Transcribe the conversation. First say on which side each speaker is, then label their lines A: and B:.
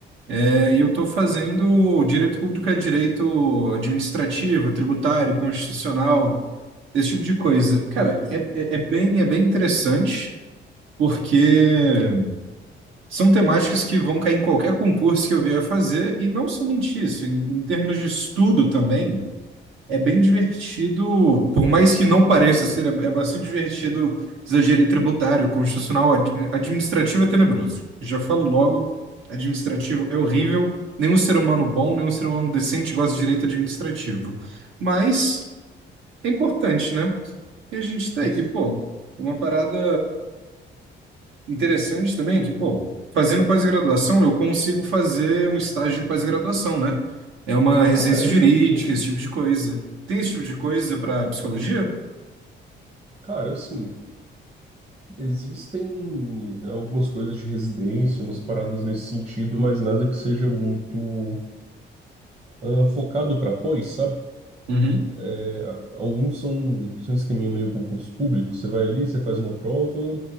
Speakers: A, on the right; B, on the right.
A: é, e eu tô fazendo Direito Público é Direito Administrativo, Tributário, Constitucional... Esse tipo de coisa. Cara,
B: Sei.
A: é, é, é bem, é bem interessante, porque são temáticas que vão cair em qualquer concurso que eu vier fazer, e não somente isso, em, em termos de estudo também, é bem divertido, por mais que não pareça ser, é, é bastante divertido exagero em tributário, constitucional, ad- administrativo é tenebroso. Já falo logo, administrativo é horrível, nenhum ser humano bom, nenhum ser humano decente gosta de direito administrativo. Mas é importante, né? E a gente tá
B: Nossa.
A: aí. E, pô, uma parada interessante também é que, pô, fazendo pós-graduação, eu consigo fazer um estágio de pós-graduação, né? É uma residência
B: Ah, é,
A: jurídica,
B: né? Tem
A: esse
B: isso.
A: tipo de coisa. Tem esse tipo de coisa para psicologia?
B: Cara, assim, existem algumas coisas de residência, umas paradas nesse sentido, mas nada que seja muito ah, focado para pós, sabe?
A: Uhum.
B: É, a- alguns são, são esqueminha meio concurso público. Você vai ali, você faz uma prova,